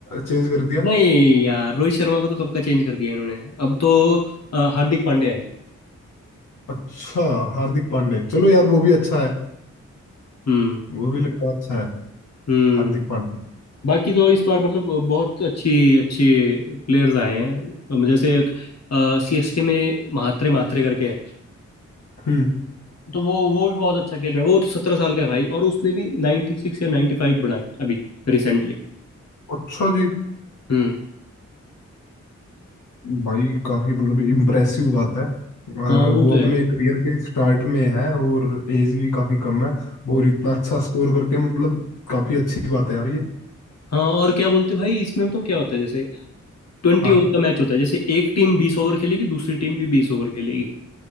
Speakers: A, on the left (about 85°); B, on the left (about 55°).
A: चेंज कर दिया
B: नहीं यार रोहित शर्मा को तो कब का चेंज कर दिया इन्होंने अब तो अ, हार्दिक पांड्या है
A: अच्छा हार्दिक पांडे चलो यार वो भी अच्छा है
B: हम्म
A: वो भी लड़का अच्छा है
B: हम्म
A: हार्दिक पांडे
B: बाकी तो इस बार मतलब बहुत अच्छी अच्छी प्लेयर्स आए हैं जैसे एक सीएसके में म्हात्रे म्हात्रे करके है
A: हम्म
B: तो वो वो भी बहुत अच्छा खेल रहा है वो तो सत्रह साल का है भाई और उसने भी नाइन्टी सिक्स या नाइन्टी फाइव बनाए अभी रिसेंटली
A: अच्छा जी
B: हम्म
A: भाई काफी मतलब इम्प्रेसिव बात है अ,
B: हाँ वो
A: वो
B: तो
A: अपने करियर के स्टार्ट में है और एज भी काफी कम है
B: है
A: और इतना अच्छा स्कोर करके मतलब काफी अच्छी बात है यार ये
B: हाँ और क्या बोलते भाई इसमें बताऊँ क्या होता है जैसे ट्वेंटी
A: हाँ
B: ओवर का मैच होता है जैसे एक टीम बीस ओवर खेलेगी दूसरी टीम भी बीस ओवर खेलेगी